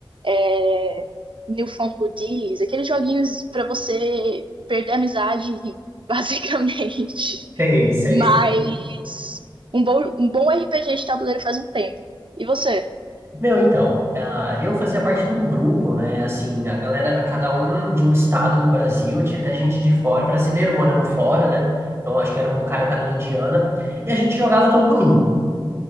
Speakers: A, on the right; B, on the right.
A: é... Newfoundlandies, aqueles joguinhos pra você perder a amizade e rir, basicamente.
B: Sei,
A: <laughs>
B: sei,
A: Mas
B: sei.
A: um bom, um bom RPG de tabuleiro faz um tempo. E você,
B: Meu, então, ah, eu fazia parte de um grupo, né? Assim, a galera era cada um de um estado do Brasil, tinha até gente de fora, brasileiro morando fora, né? Então, acho que era um cara que tava em Indiana. E a gente jogava todo domingo.